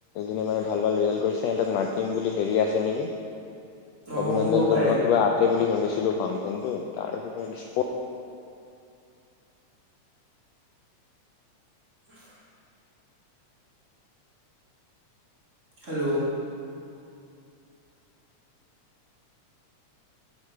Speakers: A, on the left; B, on the right.
A: যোনে মানে ভাল ভাল ৰিজাল্ট কৰিছে সিহঁতক মাতিম বুলি হেৰি আছে নেকি
B: অ
A: অভিনন্দন
B: শুব পাৰে
A: জনোৱা কিবা আছে বুলি শুনিছিলো ফাং কিন্তু তাৰ ভিতৰত স্পৰ্ত।
B: <unintelligible> হেল্ল'